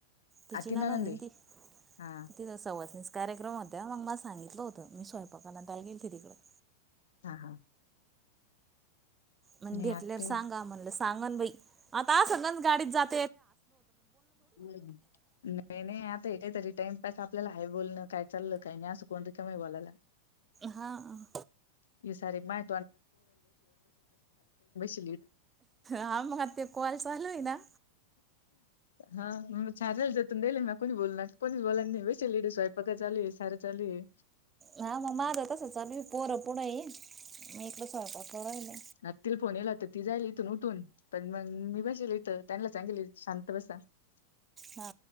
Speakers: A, on the right; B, on the left.
A: तिची
B: आ ती
A: नणंद हे
B: आहे
A: ना ती
B: हा
A: तिथं सवासनी कार्यक्रम होत्या मग मला सांगितलं होतं मी स्वयंपाकाला त्या गेलते तिकडं.
B: हा हा
A: म्हण
B: नाही
A: भेटल्यावर
B: आत्या
A: सांगा म्हणलं सांगन बाई. आता असंच गाडीत जात
B: नाही नाही आता हेेत तरी टाइमपास आपल्याला आहे बोलण. काय चाललं काही नाही असं कोण रिकाम बोलायला,
A: हा
B: हे सार माहि <unintelligible>
A: आ मग ते कॉल चालू हाय ना.
B: हा म चालेल त्यातून नेले म कोणी बोलणार कोणीच बोलाय नाही बेश ले स्वयपाक चाली सारं चालू हे.
A: हा मग माझ तसचं चालू हे पोरं पुढे आहे मी इथं स्वयंपाक करायले.
B: ह तिला फोन येला होत ती जाईल इथून उठून पण मग मी बसेल इथं त्यांना सांगेल शांत बसा. <unintelligible>
A: हा.